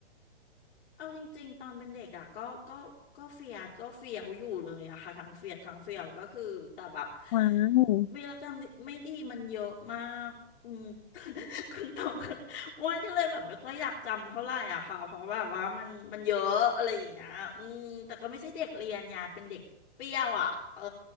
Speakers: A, on the left; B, on the left.
A: เอาจริงๆตอนเป็นเด็กอ่ะก็ก็ก็เฟียดก็เฟียวอยู่เลยอะค่ะทั้งเฟียดทั้งเฟียวก็คือแต่แบบ
B: ว้าว
A: วีรกรรมไม่ดีมันเยอะมากคุณ <laughs> คุณตอง <laughs> อ้วนก็เลยแบบไม่ค่อยอยากจำเท่าไหร่อะค่ะเพราะแบบว่ามันมันเยอะอะไรอย่างเงี้ยอืมแต่ก็ไม่ใช่เด็กเรียนไงเป็นเด็กเปรี้ยวอ่ะเออ